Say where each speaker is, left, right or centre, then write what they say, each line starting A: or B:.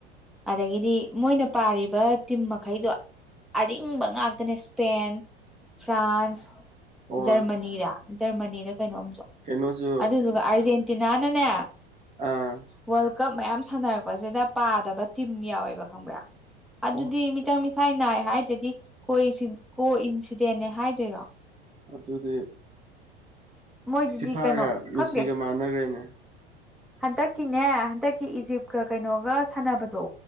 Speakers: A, in the centre; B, on the right (about 20°).
A: ꯑꯗꯒꯤꯗꯤ ꯃꯣꯏꯅ ꯄꯥꯔꯤꯕ ꯇꯤꯝ ꯃꯈꯩꯗꯣ ꯑꯔꯤꯡꯕ ꯉꯥꯛꯇꯅꯦ ꯏꯁꯄꯦꯟ ꯐ꯭ꯔꯥꯟꯁ
B: ꯑꯣ
A: ꯖꯔꯃꯅꯤꯔꯥ ꯖꯔꯃꯅꯤꯔ ꯀꯩꯅꯣꯝꯁꯨ
B: ꯀꯩꯅꯣꯁꯨ
A: ꯑꯗꯨꯗꯨꯒ ꯑꯥꯔꯖꯦꯟꯇꯤꯅꯥꯅꯅꯦ
B: ꯑꯥ
A: ꯋꯥꯜ ꯀꯞ ꯃꯌꯥꯝ ꯁꯥꯟꯅꯔꯛꯄꯁꯤꯗ ꯄꯥꯗꯕ ꯇꯤꯝ ꯌꯥꯎꯋꯦꯕ ꯈꯪꯕ꯭ꯔꯥ ꯑꯗꯨꯗꯤ
B: ꯑꯣ
A: ꯃꯤꯆꯪ ꯃꯤꯈꯥꯏ ꯅꯥꯏ ꯍꯥꯏꯗ꯭ꯔꯗꯤ ꯀꯣ ꯏꯁꯤꯟ ꯀꯣ ꯏꯟꯁꯤꯗꯦꯟꯅꯦ ꯍꯥꯏꯗꯣꯏꯔꯣ
B: ꯑꯗꯨꯗꯤ
A: ꯃꯣꯏꯁꯤꯗꯤ
B: ꯐꯤꯐꯥꯒ
A: ꯀꯩꯅꯣ
B: ꯃꯦꯁꯤꯒ
A: ꯈꯪꯗꯦ
B: ꯃꯥꯟꯅꯈ꯭ꯔꯦꯅꯦ
A: ꯍꯟꯗꯛꯀꯤꯅꯦ ꯍꯟꯗꯛꯀꯤ ꯏꯖꯤꯞꯀ ꯀꯩꯅꯣꯒ ꯁꯥꯟꯅꯕꯗꯣ